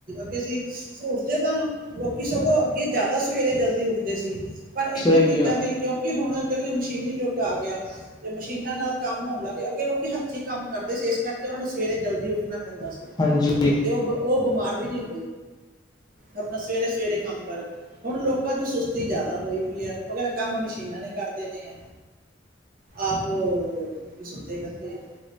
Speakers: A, on the right; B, on the left.
A: ਤੇਅਸੀਂ ਸੋਚਦੇ ਹਾਂ ਲੋਕੀ ਸਗੋਂ ਅੱਗੇ ਜ਼ਿਆਦਾ ਸਵੇਰੇ ਜਲਦੀ ਉੱਠਦੇ ਸੀ। ਪਰ ਇਹਨਾਂ,
B: ਸਹੀ
A: ਚੀਜ਼ਾਂ
B: ਕਿਹਾ
A: ਦੀ ਕਿਉਂਕਿ, ਹੁਣ ਜਿਹੜੀਆਂ ਮਸ਼ੀਨੀ ਯੁੱਗ ਆ ਗਿਆ, ਤੇ ਮਸ਼ੀਨਾਂ ਨਾਲ ਕੰਮ ਹੋਣ ਲੱਗ ਗੇ ਅੱਗੇ ਲੋਕੀੱ ਅੱਛੇ ਕੰਮ ਕਰਦੇ ਸੀ, ਇਸ ਕਰਕੇ ਉਹਨਾਂ ਨੂੰ ਸਵੇਰੇ ਜਲਦੀ ਉੱਠਣਾ ਪੈਂਦਾ ਸੀ,
B: ਹਾਂਜੀ
A: ਅਤੇ ਉਹ - ਉਹ ਬਿਮਾਰ ਵੀ ਨਹੀਂ ਆਪਣਾ ਸਵੇਰੇ- ਸਵੇਰੇ ਕੰਮ ਕਰਨ। ਹੁਣ ਲੋਕਾਂ ਚ, ਸੁਸਤੀ ਜ਼ਿਆਦਾ ਹੋਈ ਪਈ ਹੈ, ਉਹ ਕਹਿੰਦੇ, ਕੰਮ ਮਸ਼ੀਨਾਂ ਨੇ ਕਰਦੇ ਨੇ ਆਪ ਉਹ ਸੁੱਤੇ ਰਹਿਦੇ ਆ